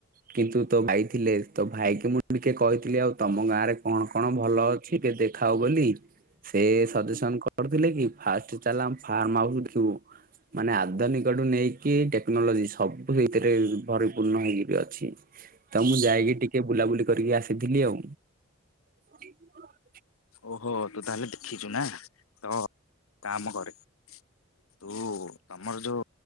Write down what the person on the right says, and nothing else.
କିନ୍ତୁ ତୋ ଭାଇ ଥିଲେ ତୋ ଭାଇକି ମୁଁ ଟିକେ କହିଥିଲି ଆଉ ତମ ଗାଁ ରେ କଣ କଣ ଭଲ ଛି କେ ଦେଖାଅ ବୋଲି ସେ ସଜେସନ କରଥିଲେ କି ଫାଷ୍ଟେ ଚାଲ ଆମ ଫାର୍ମ ହାଉସ ଦେଖିବୁ। ମାନେ ଆଦନିକଠୁ ନେଇକି ଟେକ୍ନୋଲୋଜି ସବୁ ସେଇଥିରେ ପରିପୂର୍ଣ ହେଇକିରି ଅଛି। ତ ମୁଁ ଯାଇକି ଟିକେ ବୁଲାବୁଲି କରିକି ଆସିଥିଲି ଆଉ। <unintelligible>